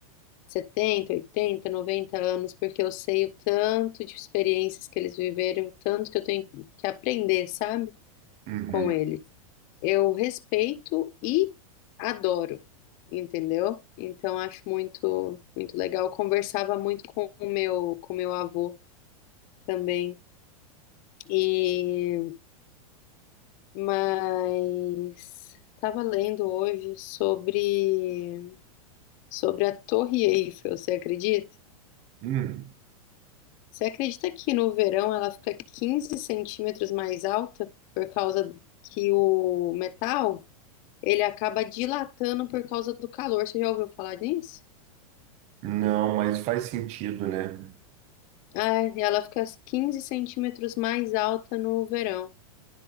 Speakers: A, on the left (about 45°); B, on the right (about 35°).
A: 70, 80, 90 anos, porque eu sei o tanto de experiências que eles viveram, o tanto que eu tenho que aprender, sabe,
B: Uhum.
A: com eles. Eu respeito e adoro, entendeu? Então acho muito, muito legal. Eu conversava muito com o meu, com o meu avô também. E Mas estava lendo hoje sobre sobre a Torre Eiffel, você acredita?
B: Hum.
A: Você acredita que no verão ela fica 15 centímetros mais alta por causa que o metal ele acaba dilatando por causa do calor? Você já ouviu falar disso?
B: Não, mas faz sentido, né?
A: Ah, e ela fica 15 centímetros mais alta no verão.